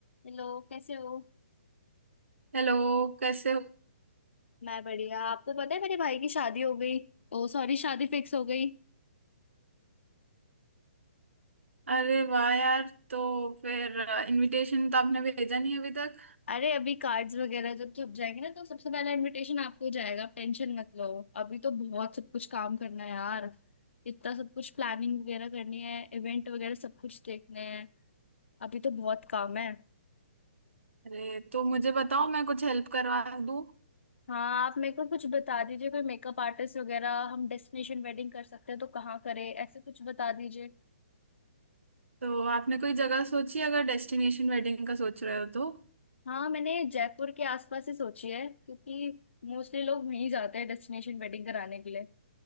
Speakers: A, on the left (about 75°); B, on the right (about 90°).
A: Hello कैसे हो
B: हेलो कैसे हो
A: मैं बढ़िया आपको पता है मेरे भाई की शादी हो गई ओ सॉरी शादी फिक्स हो गई
B: अरे वाह यार तो फिर इनविटेशन तो आपने भेजा नहीं अभी तक
A: अरे अभी कार्ड्स वगैरह जब छप जाएंगे ना तो सबसे पहला इनविटेशन आपको ही जाएगा आप टेंशन मत लो अभी तो बहुत सब कुछ काम करना है यार इतना सब कुछ प्लानिंग वगैरह करनी है इवेंट वगैरह सब कुछ देखने हैं अभी तो बहुत काम है
B: अरे तो मुझे बताओ मैं कुछ हेल्प करवा दूँ
A: हाँ आप मेरे को कुछ बता दीजिए कोई मेकअप आर्टिस्ट वगैरह हम डेस्टिनेशन वेडिंग कर सकते हैं तो कहाँ करें ऐसे कुछ बता दीजिए।
B: तो आपने कोई जगह सोची अगर डेस्टिनेशन वेडिंग का सोच रहे हो तो
A: हाँ मैंने जयपुर के आसपास ही सोची है क्योंकि मोस्टली लोग वहीं जाते हैं डेस्टिनेशन वेडिंग कराने के लिए